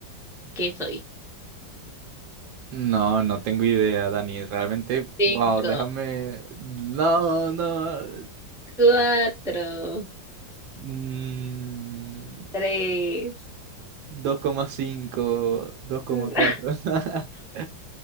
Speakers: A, in the centre; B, on the right.
A: ¿Qué soy?
B: No, no tengo idea, Dani. Realmente,
A: Cinco,
B: wow, déjame... No, no.
A: cuatro,
B: Mm,
A: tres,
B: dos coma cinco, dos coma
A: <laughs>
B: cuatro. <laughs>